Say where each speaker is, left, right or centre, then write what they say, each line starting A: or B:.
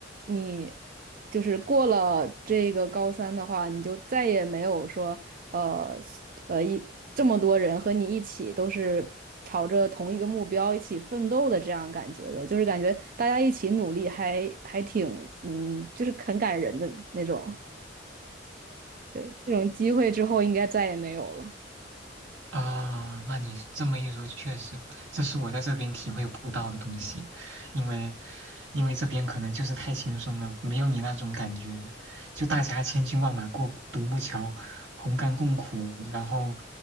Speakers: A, on the right (about 50°); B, on the right (about 80°).
A: 你。就是过了这个高三的话，你就再也没有说，呃，呃一这么多人和你一起都是朝着同一个目标一起奋斗的这样感觉的，就是感觉大家一起努力还还挺嗯，就是很感人的那种。对，这种机会之后应该再也没有了。
B: 啊，那你这么一说，确实，这是我在这边体会不到的东西，因为，因为这边可能就是太轻松了，没有你那种感觉，就大家千军万马过独木桥，同甘共苦，然后